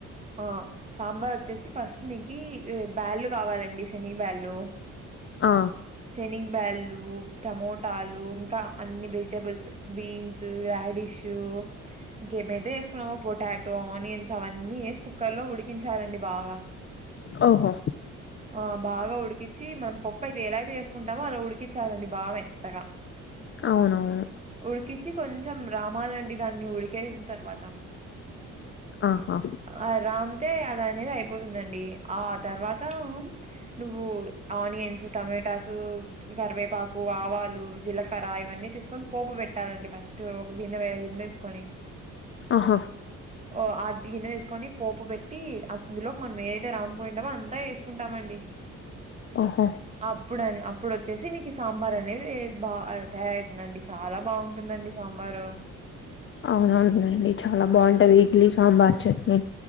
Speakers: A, on the right; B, on the left.
A: ఆ సాంబార్ వచ్చేసి ఫస్ట్ నీకి బ్యాళ్లుు కావాలండి, శనగ బ్యాళ్ళు.
B: ఆ
A: శనిగ బ్యాల్లు, టమోటాలు ఇంకా అన్ని వెజిటబుల్స్. బీన్సు, రాడిష్షు ఇంకేమైతే ఏసుకున్నావో పొటాటో, ఆనియన్స్ అవన్నీ ఏసు కుక్కర్ లో ఉడికించాలండి బాగా.
B: ఓహో
A: ఆ బాగా ఉడికిచ్చి మనం పప్పు అయితే ఎలా అయితే చేసుకుంటామో అలా ఉడికి చాలండి బాగ మెత్తగా,
B: అవునవును
A: ఉడికిచ్చి కొంచం రామాలండి దాన్ని ఉడికేసిన తర్వాత
B: ఆహా
A: ఆ రామ్తే అద అనేది అయిపోతుందండి, ఆ తర్వాత నువ్వు ఆనియన్స్, టమాటాసు కరివేపాకు, ఆవాలు జీలకర్ర ఇవన్నీ తీసుకొని పోపు పెట్టాలండి ఫస్టు. ఒక గిన్నె వే గిన్నె ఏసుకొని
B: అహ
A: ఓ అదిను కొని పోపు పెట్టి అందులో మనం ఏదైతే రామ్ కోయిండామో అంతా ఏసుకుంటామండి.
B: ఒహో
A: అప్పుడని అప్పుడు వచ్చేసి నీకి సాంబార్ అనేది బా తయారయితుందండి. చాలా బాగుంటుందండి సాంబారు.
B: అవునవునునండి చాలా బాగుంటది ఇడ్లీ, సాంబార్, చట్నీ.